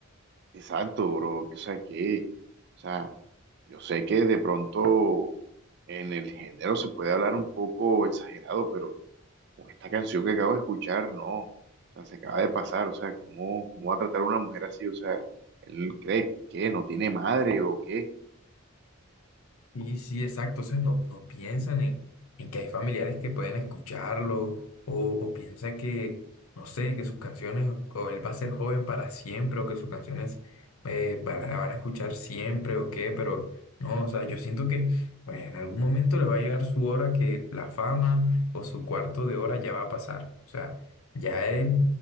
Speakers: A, on the right; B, on the left.
A: Exacto, bro, que, o sea, que, o sea, yo sé que de pronto en el género se puede hablar un poco exagerado, pero con esta canción que acabo de escuchar, no, o sea, se acaba de pasar, o sea, ¿cómo, cómo va a tratar a una mujer así? O sea, él cree que no tiene madre o qué,
B: Sí, sí, exacto. O sea, no, no piensan en, en que hay familiares que pueden escucharlo o, o piensa que, no sé, que sus canciones o él va a ser joven para siempre o que sus canciones eh, van, a- la van a escuchar siempre o qué, pero no, o sea, yo siento que pues, en algún momento le va a llegar su hora que la fama o su cuarto de hora ya va a pasar. O sea, ya él,